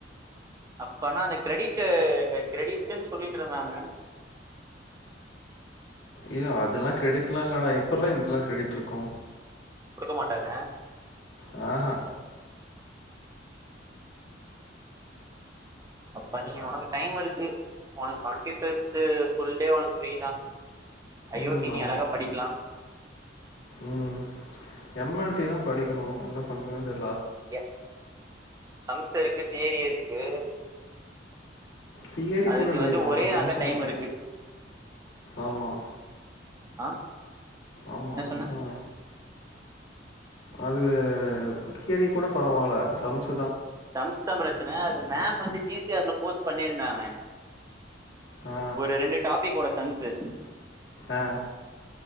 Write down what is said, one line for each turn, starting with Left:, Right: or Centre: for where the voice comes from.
Right: அப்பனா அந்த கிரெடிட்டு கிரெடிட்ன் சொல்லிட்டிருந்தாங்க
Left: ஏய் அதெல்லா கிரெடிட்லா இல்லடா எப்பற்றா இதுக்கெல்லா கிரெடிட் இருக்கு
Right: குடுக்க மாட்டாங்க
Left: ஹ ஹ
Right: அப்ப நீ உனக்கு டைம் இருக்கு உனக்கு டொவெண்ட்டி ஃபிப்த்து ஃபுல் டே உனக்கு ஃபிரீ தா அயோட்டி
Left: ம்
Right: நீ
Left: ஆமா
Right: அழகா படிக்கலா
Left: ம் எம் எல் டி தா படிக்கணு என்ன பண்றே தெ
Right: ய சம்ஸ் இருக்கு தியரி இருக்கு.
Left: தியரி
Right: அதுக்கு
Left: கூட எழுதிர்லான்டா
Right: வந்து ஒரே நாள்தா
Left: சம்ஸு
Right: டைம்
Left: தா
Right: இருக்கு.
Left: ஆமா.
Right: ஆ
Left: ஆமா
Right: என்ன
Left: அதா
Right: சொன்ன
Left: அதுக்கு கீரைய கூட பரவால்ல சம்ஸ்
Right: சம்ஸ்தா பிரச்சன அது மேம் வந்து ஜி சி ஆர் ல போஸ்ட் பண்ணிருந்தாங்க
Left: ஆ
Right: ஒரு ரெண்டு டாபிகோட சன்ஸ்சு
Left: ஆ